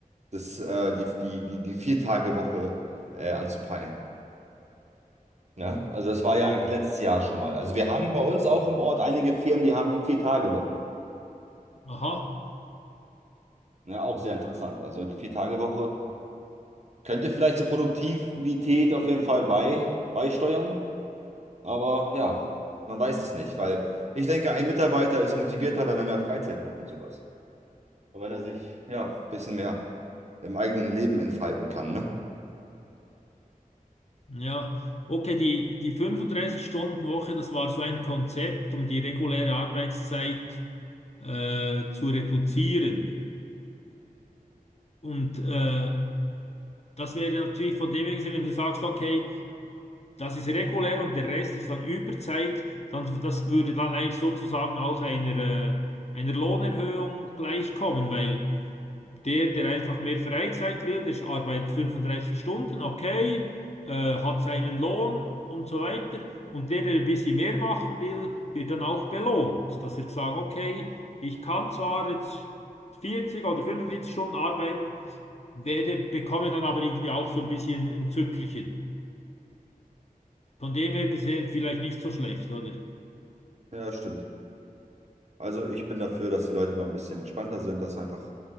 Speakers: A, on the right; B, on the left.
A: das, äh, die, die, die, die Vier-Tage-Woche äh, anzupeilen. Ne? Also das war ja eigentlich letztes Jahr schon mal. Also wir haben bei uns auch im Ort einige Firmen, die haben die Vier-Tage-Woche.
B: Aha.
A: Ne? Auch sehr interessant. Also die Vier-Tage-Woche könnte vielleicht zur Produktivität auf jeden Fall bei, beisteuern. Aber ja, man weiß es nicht, weil ich denke, ein Mitarbeiter ist motivierter, wenn er mehr Freizeit hat und sowas. Und wenn er sich, ja, ein bisschen mehr im eigenen Leben entfalten kann, ne?
B: Ja, okay, die, die fünfunddreißig stunden woche das war so ein Konzept, um die reguläre Arbeitszeit äh, zu reduzieren. Und äh, das wäre natürlich von dem her gesehen, wenn du sagst, okay, das ist regulär und der Rest ist dann Überzeit, dann das würde dann eigentlich sozusagen auch einer, äh, einer Lohnerhöhung gleichkommen, weil Der, der einfach mehr Freizeit will, der arbeitet 35 Stunden, okay, äh, hat seinen Lohn und so weiter. Und der, der ein bisschen mehr machen will, wird dann auch belohnt, dass er sagt, okay, ich kann zwar jetzt 40 oder 45 Stunden arbeiten, werde, bekomme dann aber irgendwie auch so ein bisschen ein Zückerchen. Von dem her gesehen vielleicht nicht so schlecht, oder?
A: Ja, stimmt. Also ich bin dafür, dass die Leute mal ein bisschen entspannter sind, dass einfach